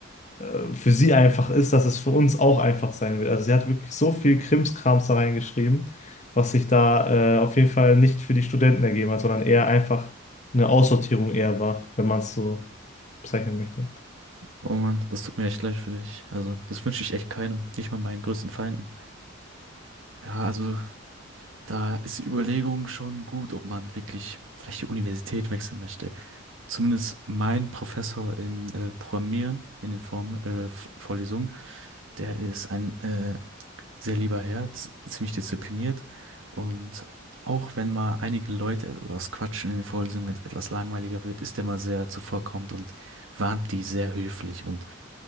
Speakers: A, on the left; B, on the right.
A: äh, für sie einfach ist, dass es für uns auch einfach sein wird. Also sie hat wirklich so viel Krimskrams da reingeschrieben, was sich da äh, auf jeden Fall nicht für die Studenten ergeben hat, sondern eher einfach eine Aussortierung eher war, wenn man es so bezeichnen möchte.
B: Oh Mann, das tut mir echt leid für dich. Also, das wünsche ich echt keinem, nicht mal meinen größten Feinden. Ja, also, da ist die Überlegung schon gut, ob man wirklich vielleicht die Universität wechseln möchte. Zumindest mein Professor im äh, Programmieren in den Form, äh, Vorlesungen, der ist ein äh, sehr lieber Herr, z- ziemlich diszipliniert und auch wenn mal einige Leute etwas quatschen in den Vorlesungen, wenn es etwas langweiliger wird, ist er mal sehr zuvorkommend und warnt die sehr höflich und